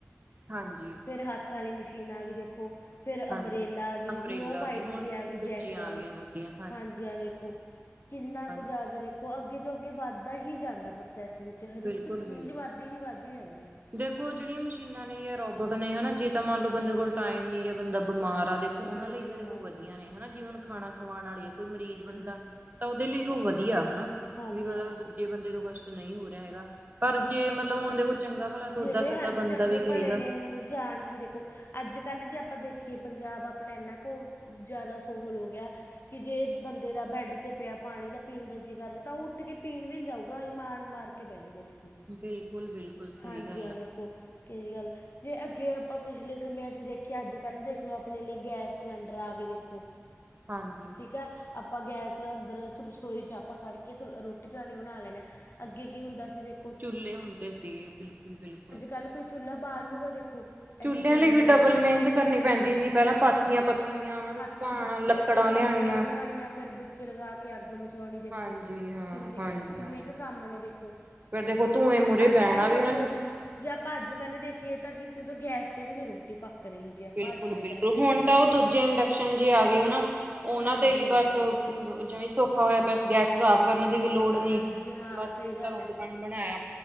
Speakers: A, on the right (about 40°); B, on the left (about 55°).
A: ਹਾਂਜੀ।
B: ਫੇਰ, ਹੱਥ ਵਾਲੀ ਮਸ਼ੀਨ ਆਗੀ ਦੇਖੋ ਫੇਰ
A: ਹਾਂਜੀ
B: ਅਮਰੇਲਾ ਆਗੀ,
A: ਅੰਬਰੇਲਾ
B: ਹੁਨ ਉ ਵਾਈਟ
A: ਆ ਗਈ ਹੁਣ
B: ਜੀ ਆਗੀ
A: ਦੂਜੀਆਂ
B: ਜੈਕ ਵਾਲੀ,
A: ਆ ਗਈਆਂ ਵੱਡੀਆਂ
B: ਹਾਂਜੀ ਏ ਵੇਖੋ ਕਿੰਨਾ
A: ਹਾਂਜੀ
B: ਕਾ ਜਿਆਦੇ ਦੇਖੋ, ਅੱਗੇ <unintelligible> ਅੱਗੇ ਵੱਧਦਾ ਹੀ ਜਾਂਦਾ ਪ੍ਰੋਸੈਸਿੰਗ 'ਚ ਹਰ
A: ਬਿਲਕੁਲ
B: ਇੱਕ ਚੀਜ਼,
A: ਬਿਲਕੁਲ
B: ਵੱਧਦੀ ਹੀ ਵੱਧਦੀ ਜਾਂਦੀ ਆ
A: ਦੇਖੋ ਜਿਣੜੀਆਂ ਮਸ਼ੀਨਾਂ ਨੇ ਜਾਂ ਰੋਬੋਟ ਨੇ ਹਨਾਂ, ਜੇ ਤਾਂ ਮੰਨ ਲਓ
B: ਹਾਂਜੀ
A: ਬੰਦੇ ਕੋਲ ਟਾਈਮ ਨੀ, ਜਾਂ ਬੰਦਾ ਬਿਮਾਰ ਆ ਓਹਨਾਂ
B: ਹਾਂਜੀ
A: ਲਈ ਤਾਂ ਦੇਖੋ
B: ਹਾਂ
A: ਵਧੀਆ ਨੇ ਹਨਾਂ, ਜਿਵੇਂ ਹੁਨ ਖਾਨਾ
B: ਹਾਂਜੀ
A: ਖਾਉਣ
B: ਹਾਂ
A: ਵਾਲੀ ਆ ਕੋਈ ਮਰੀਜ਼ ਬੰਦਾ
B: ਹਾਂਜੀ ਹਾਂ
A: ਤਾ ਉਹਦੇ ਲਈ ਉਹ ਵਧੀਆ ਹਨਾ,
B: ਹਾਂਜੀ
A: ਵੀ ਮਤਲਬ
B: ਹਾਂ
A: ਦੂ ਜੇ ਬੰਦੇ ਤੋਂ ਕਸ਼ਟ ਨਹੀਂ ਹੋ ਰਿਹਾ ਹੈਗਾ, ਪਰ ਜੇ ਮਤਲਬ ਹੁਨ ਦੇਖੋ ਚੰਗਾ ਭਲਾ ਤੁਰਦਾ
B: ਜੇਹੜੇ
A: ਫਿਰਦਾ
B: ਹਾਂਜੀ,
A: ਬੰਦਾ
B: ਚੰਗੇ
A: ਵੀ ਕਹੇਗਾ
B: ਭਲੇ ਨੇ ਹੁਨ ਜਾਣ ਕਿ ਦੇਖੋ ਆੱਜ-ਕਾੱਲ ਜੇ ਆਪਾਂ ਦੇਖੀਏ, ਪੰਜਾਬ ਆਪਣਾ ਇੰਨਾ ਕੋ ਜਾਦਾ ਸੋਹਲ ਹੋ ਗਿਆ ਕਿ ਜੇ ਬੰਦੇ ਦਾ, ਬੈੱਡ ਤੇ ਪਿਆ ਪਾਨੀ ਜਾ ਪੀਣ ਜਾ ਜੀ ਕਰਦਾ, ਤਾਂ ਉਹ ਉੱਠ ਕੇ ਪੀਣ ਵੀ ਨਹੀਂ ਜਾਊਗਾ, ਇਮਾਨ ਮਾਰਕੇ <unintelligible> ਜੂਗਾ, ਦੇਖ ਲੋ
A: ਬਿਲਕੁਲ, ਬਿਲਕੁਲ। ਸਹੀ
B: ਹਾਂਜੀ
A: ਗੱਲ
B: ਹਾਂ
A: ਆ
B: ਦੇਖੋ, ਏ ਗੱਲ ਜੇ ਅੱਗੇ ਆਪਾਂ, ਪਿਛਲੇ ਸਮਿਆਂ 'ਚ ਦੇਖਿਆ ਆੱਜ-ਕਾੱਲ ਦੇਖ ਲਓ, ਆਪਣੇ ਲਈ ਗੈਸ ਸਿਲੰਡਰ ਆਗੇ ਦੇਖੋ।
A: ਹਾਂਜੀ।
B: ਠੀਕ ਹੈ, ਆਪਾਂ ਗੈਸ ਅੰਦਰ ਰਸੋਈ 'ਚ ਆਪਾਂ ਖੜ੍ਹ ਕੇ ਰੋਟੀ, ਪਾਣੀ ਬਨਾ ਲੈਂਨੇ ਹਾਂ ਅੱਗੇ ਕੀ ਹੁੰਦਾ ਸੀ, ਦੇਖੋ
A: ਚੁੱਲੇ ਹੁੰਦੇ ਸੀਗੇ ਬਿਲਕੁਲ, ਬਿਲਕੁਲ।
B: ਕਾੱਲ ਕੋਈ ਚੁੱਲ੍ਹਾ ਬਾਲੂਗਾ, ਦੇਖੋ
A: ਚੁੱਲਿਆਂ
B: ਇੰਨੀ ਗਰਮੀ
A: ਲਈ ਵੀ, ਡਬਲ
B: ਦੇ ਵਿੱਚ
A: ਮਿਨਤ ਕਰਨੀ ਪੈਂਦੀ ਸੀ। ਪਹਿਲਾਂ ਪਾਥੀਆਂ ਪੱਥਣੀਆਂ ਉਹਨਾਂ ਨੂੰ ਸੁਕਾਣਾ
B: ਫੇ ਪੱਥਣੀਆਂ,
A: ਲੱਕੜਾਂ
B: ਫੇਰ ਲੱਕੜਾਂ
A: ਲਿਆਣੀਆਂ
B: ਲੇਆਣਿਆਂ ਫੇਰ ਬੀ ਚ ਲਗਾਕੇ ਅੱਗ ਮਚੋਔਣੀ ਦੇਖੋ।
A: ਹਾਂਜੀ ਹਾਂ
B: ਕਿੰਨੇ
A: ਹਾਂਜੀ-ਹਾਂਜੀ।
B: ਕਿਨੇ ਕ ਕੰਮ ਨੇ ਦੇਖੋ।
A: ਫੇਰ ਦੇਖੋ ਧੂੰਏਂ ਮੂਰੇ
B: ਅੱਜ
A: ਬੈਨਾ
B: ਕੱਲ
A: ਵੀ ਹ
B: ਦੇਖੋ ਜੇ ਆਪਾਂ ਆੱਜ-ਕਾੱਲ ਦੇਖੀਏ ਤਾਂ, ਕਿਸੇ ਤੋਂ ਗੈਸ ਤੇ ਵੀ ਨੀ ਰੋਟੀ ਪੱਕ ਰਹੀ। ਜੇ ਆਪਾਂ
A: ਬਿਲਕੁਲ-ਬਿਲਕੁਲ।
B: ਅੱਜ ਦੇ ਟਾਈਮ 'ਚ
A: ਹੁਣ
B: ਦੇਖੀਏ
A: ਤਾਂ ਔਹ ਦੂਜੇ ਇੰਡਕਸ਼ਨ ਜੇ ਆ ਗਏ ਹਨਾਂ ਔਨਾਂ
B: ਹਾਂਜੀ
A: ਤੇ ਵੀ
B: ਹਾਂ
A: ਬਸ ਜਿਵ ਜਿਵੇਂ ਸੌਖਾ ਹੋਯਾ ਪਯਾ ਗੈਸ ਸਾਫ਼ ਕਰਨ ਦੀ ਵੀ ਲੋੜ ਨੀ
B: ਹਾਂਜੀ ਹਾਂ
A: ਬਸ ਸਿੰਦਾ
B: ਸਹੀ ਗੱਲ
A: ਰੋਟੀ,
B: ਹੈ
A: ਪਾਣੀ ਬਣਾਯਾ।